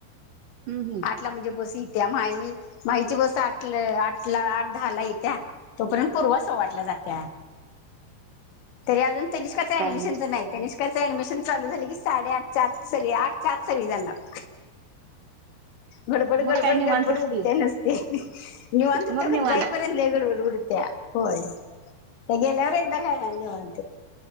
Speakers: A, on the right; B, on the left.
A: हम् हम
B: आठला म्हणजे बस येत्या माई माहीची बस आठ आठला आठ दहा ला येत्या. तोपर्यंत पूर्व सव्वा आठला जाते. तरी अजून तनिष्काचं ऍडमिशन
A: काय मग
B: नाही त्यांनी. ऍडमिशन चालू झाले की साडे आठच्या आठच्या आत सारे जाणार. गडबड
A: मग
B: गडबड
A: काय निवांतच
B: गडबड उडते
A: की
B: नसते. निवांत
A: मग निवांत
B: खरी जाईपर्यंतगड उडत्या होय त्या गेल्यावर एकदा काय. धन्यवाद